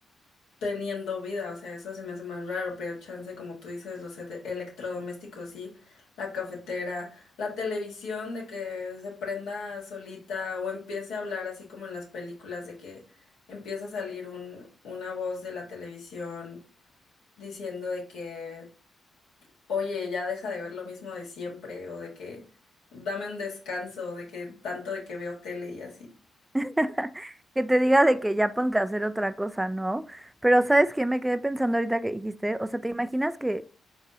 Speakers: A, on the left; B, on the right.
A: teniendo vida. O sea, eso se me hace más raro, pero chance, como tú dices, los ele- electrodomésticos, sí, la cafetera, la televisión de que se prenda solita o empiece a hablar así como en las películas de que empieza a salir un, una voz de la televisión diciendo de que oye, ya deja de ver lo mismo de siempre, o de que dame un descanso, de que tanto de que veo tele y así.
B: <laughs> Que te diga de que ya ponte a hacer otra cosa, ¿no? Pero ¿sabes qué? Me quedé pensando ahorita que dijiste, o sea, ¿te imaginas que,